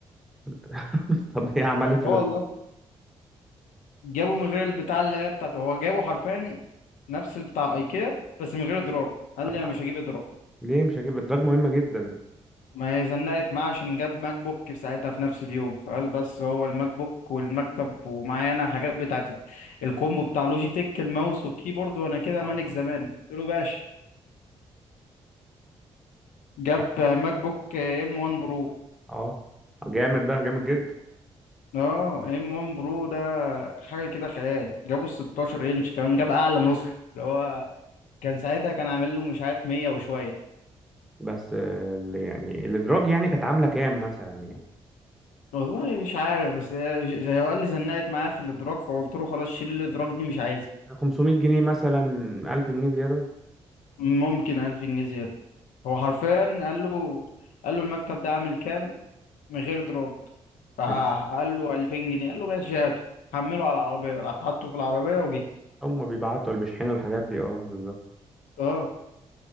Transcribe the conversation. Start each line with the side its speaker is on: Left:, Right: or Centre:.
Centre: <laughs> طب ايه عمل ايه في الادراج
Left: اه والله جابه من غير البتاع اللي هي بتاعته هو جابه حرفيا نفس بتاع ايكيا بس من غير ادراج
Centre: <laughs>
Left: قال
Centre: طب
Left: لي انا مش هجيب ادراج
Centre: ليه مش هجيب الادراج مهمة جدا
Left: ما هي زنقت معاه عشان جاب ماك بوك في ساعتها في نفس اليوم فقال بس هو الماك بوك والمكتب ومعايا انا حاجات بتاعت الكومبو بتاع لوجيتك الماوس والكيبورد وانا كده
Centre: اه
Left: ملك زماني قلت له باشا جاب
Centre: يعني
Left: ماك بوك ام 1 برو
Centre: اه جامد ده جامد جدا
Left: اه ام 1 برو ده حاجه كده خيال جابه ال 16 انش كمان جاب اعلى نسخه اللي هو كان ساعتها كان عامل له مش عارف 100 وشويه
Centre: بس آه، اللي يعني الادراج يعني كانت عاملة كام مثلا يعني؟
Left: والله مش عارف بس هي- زي هو قال لي زنقت معايا في الادراك فقلت له خلاص شيل الادراك دي مش عايزها
Centre: 500 جنيه مثلا 1000 جنيه زيادة
Left: ممكن 1000 جنيه زياده هو حرفيا قال له قال له المكتب ده عامل كام من غير ادراك راح
Centre: مم.
Left: قال له 2000 جنيه قال له ماشي هاته حمله على العربيه راح حطه في العربيه وجه
Centre: هم بيبعتوا اللي بيشحنوا الحاجات دي اه بالظبط
Left: اه